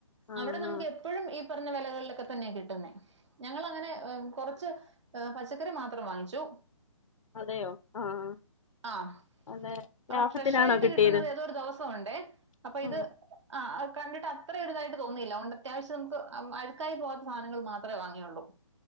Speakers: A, on the left; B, on the right.
A: ആ
B: അവിടെ നമുക്ക്
A: ആ
B: എപ് പ്പഴും ഈ പറഞ്ഞ വിലകളിലൊക്കെ തന്നെയാ കിട്ടുന്നേ ഞങ്ങൾ അങ്ങനെ കൊറച്ച് പച്ചക്കറി മാത്രം വാങ്ങിച്ചു
A: അതെയോ ആഹ്
B: ആഹ്
A: അതെ ലാഭത്തിനാണോ
B: ഫ്രഷായിട്ട്
A: കിട്ടിയത്
B: കിട്ടുന്നത് ഏതോരു ദിവസം ഒണ്ടേ അപ്പൊ ഇത്
A: ആഹ്
B: ആഹ് കണ്ടിട്ട് അത്ര ഒരുതായിട്ട് തോന്നിയില്ല തൊണ്ട് അത്യാവശ്യം നമുക്ക് അഴുക്കായി പോവാത്ത സാധനങ്ങൾ മാത്രമേ വാങ്ങിയുള്ളൂ